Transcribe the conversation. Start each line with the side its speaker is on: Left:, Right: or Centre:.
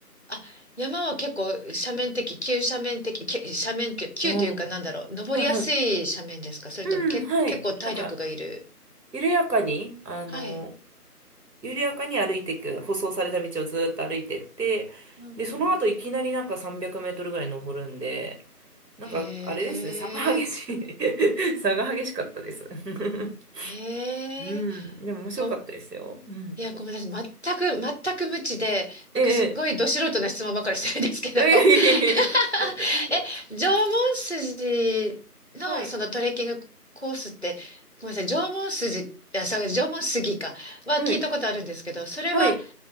Left: あ、山は結構斜面的、急斜面的、け斜面、急急というかなんだろう、
Right: うん。は
Left: 登りやすい斜面ですかそれともけ、
Right: いはい。うん、はい。
Left: 結構体力がいる。
Right: なんか、緩やかに、あの、
Left: はい。
Right: 緩やかに歩いていく、舗装された道をずーっと歩いてって、
Left: うんうん。
Right: で、その後いきなりなんか300メートルぐらい登るんで、なんかあれですね、
Left: へえ、
Right: 差が激しい <laughs> 差が激しかったです <laughs>
Left: へえ、
Right: うん、でも面白かったですよ。
Left: ご、
Right: うん。
Left: いや、ごめんなさい。全く、全く無知で、なんかすごいど素人な質問ばかりしてるんですけど
Right: ええ、ええ、いやいやいやいやい
Left: <laughs> え、縄文筋のそのトレッキングコースって、
Right: やはい、
Left: ごめんなさい、縄文筋、あ、そう、縄文杉か、は聞いたことあるんですけど、
Right: はい、
Left: それは、
Right: はい。